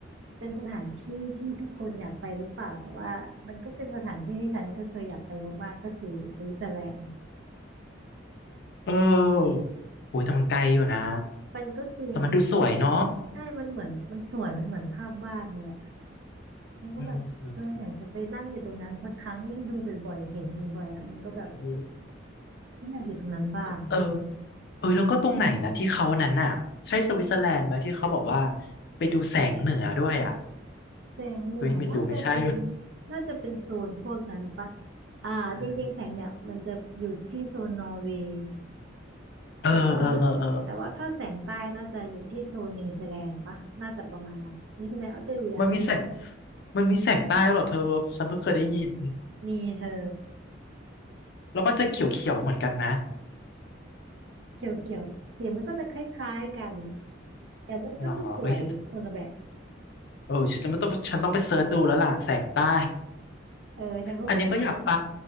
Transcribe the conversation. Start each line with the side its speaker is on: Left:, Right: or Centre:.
Right: เป็นสถานที่ที่ทุกคนอยากไปหรือเปล่าแต่ว่ามันก็เป็นสถานที่ที่ฉันก็เคยอยากไปมากๆก็คือสวิตเซอร์แลนด์
Left: เออ โอ้ยแต่มันไกลอยู่นะ
Right: มันก็จริง
Left: แต่มันดูสวยเนาะ
Right: ใช่มันเหมือนมันสวยมันเหมือนภาพวาดเลยอ่ะมันก็แบบเอออยากจะไปนั่งอยู่ตรงนั้นสักครั้งยิ่งดูบ่อยๆเห็นบ่อยๆอ่ะมันก็แบบ
Left: อืมเ
Right: ฉันอยากอยู่ตรงนั้นบ้าง
Left: ออ เออแล้วก็ตรงไหนนะที่เขาอันนั้นน่ะใช่สวิตเซอร์แลนด์ไหมที่เขาบอกว่าไปดูแสงเหนือด้วยอ่ะ
Right: แสงเหนือน่าจะเป็น
Left: เฮ้ยไม่รู้ไม่ใช่
Right: น่าจะเป็นโซนพวกนั้นปะอ่าจริงๆแสงเนี่ยมันจะอยู่ที่โซนนอร์เวย์
Left: <laughs> เออเออเออเออ
Right: แต่ว่าแต่ว่าถ้าแสงใต้น่าจะอยู่ที่โซนนิวซีแลนด์ปะน่าจะประมาณนั้นนิวซีแลนด์ออสเตรเลีย
Left: มันมีแสง มันมีแสงใต้เหรอเธอฉันเพิ่งเคยได้ยิน
Right: มีเธอ
Left: แล้วมันจะเขียวเขียวเหมือนกันนะ
Right: เขียวเขียวสีมันก็จะคล้ายๆกันแต่มันก็จะสวยคนละแบบ
Left: หรอเฮ้ยเออฉันจะไม่ต้องฉันต้องไปเซิร์ชดูแล้วล่ะแสงใต้
Right: เออฉันก็ไป
Left: อันนี้ก็อยากไป